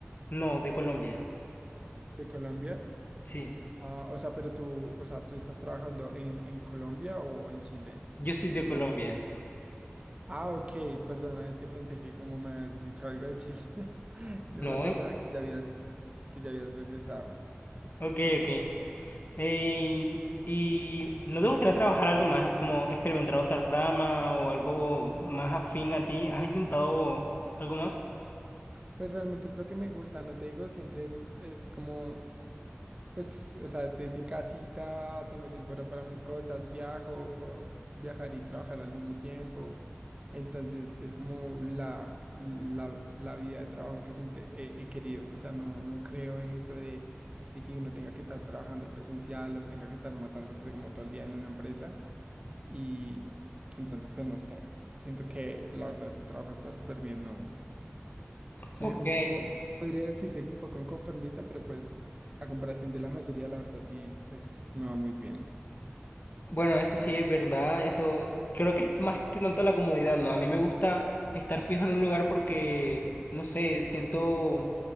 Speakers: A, on the left (about 45°); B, on the right (about 25°).
A: No, de Colombia.
B: de Colombia.
A: Sí,
B: Ah, o sea, pero tú, o sea, ¿tú estás trabajando en, en Colombia o en Chile?
A: yo soy
B: Es
A: de
B: que no.
A: Colombia.
B: Ah, ok, perdona, es que pensé que como me habías dicho algo de Chile, <laughs> no
A: No,
B: me acordaba
A: ¿eh?
B: que ya habías, que ya habías regresado.
A: Ok, ok. Eh, ¿y no te gustaría trabajar algo más, como experimentar otra rama o algo más afín a ti? ¿Has intentado algo más?
B: Pues realmente es lo que me gusta, no te digo, siempre m- es como, pues, o sea, estoy en mi casita, tengo tiempo para para mis cosas, viajo, puedo viajar y trabajar al mismo tiempo. Entonces es como la, la, la vida de trabajo que siempre he, he querido. O sea, no, no creo en eso de, de que uno tenga que estar trabajando presencial o tenga que estar matándose como todo el día en una empresa. Y entonces, pues no sé, siento que la verdad este trabajo está súper bien, ¿no? Soy
A: Ok,
B: un poco, podría decirse que un poco conformista, pero pues a comparación de la mayoría, la verdad sí, pues me va muy bien.
A: bueno, eso sí es verdad, eso creo que es más que tanto la comodidad, ¿no? A mí me gusta estar fijo en un lugar porque, no sé, siento